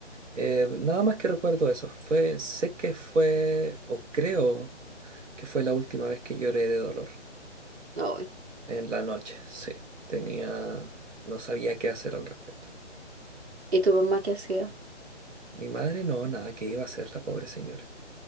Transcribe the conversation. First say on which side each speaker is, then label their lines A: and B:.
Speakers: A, on the right; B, on the right.
A: Eh, nada más que recuerdo eso, fue, sé que fue, o creo que fue la última vez que lloré de dolor,
B: Ay.
A: en la noche, sí, tenía, no sabía qué hacer al respecto.
B: ¿Y tu mamá qué hacía?
A: Mi madre no, nada, que iba a hacer la pobre señora?